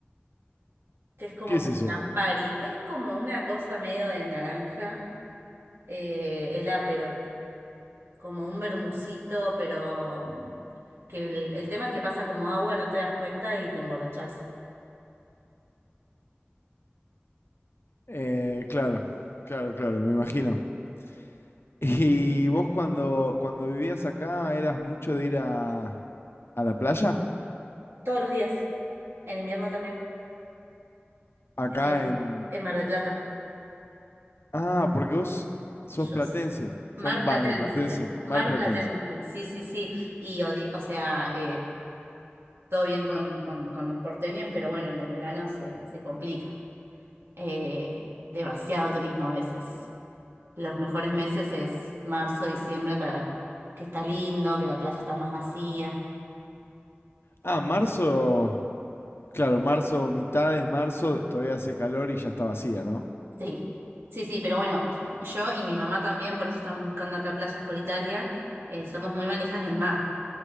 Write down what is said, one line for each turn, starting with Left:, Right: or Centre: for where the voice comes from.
Right: que es como
Left: ¿Qué es
Right: con
Left: eso?
Right: Campari. Es como una cosa medio de naranja, eh, el Aperol. como un vermucito, pero mm, que el, el tema es que pasa como agua, no te das cuenta y te emborrachás.
Left: Eh, claro, claro, claro, me imagino. <laughs> ¿Y vos cuando, cuando vivías acá eras mucho de ir a, a la playa?
Right: Todos los días, en invierno también,
Left: Acá
Right: eh,
Left: en...
Right: en Mar de Plata.
Left: Ah, porque vos sos
Right: Yo
Left: platense.
Right: s- Mar
Left: Son,
Right: Platense,
Left: va, no, platense, mar
Right: Mar
Left: platense.
Right: Platense, sí, sí, sí. Y, odi- o sea, eh, todo bien con, con, con los porteños, pero bueno, en el verano se, se complica. Eh, demasiado turismo a veces. Los mejores meses es marzo, diciembre, para que está lindo, que la playa está más vacía.
Left: Ah, marzo... Claro, marzo, mitades, marzo, todavía hace calor y ya está vacía, ¿no?
Right: Sí, sí, sí, pero bueno, yo y mi mamá también, por eso estamos buscando acá playas por Italia, eh, somos muy manijas del mar.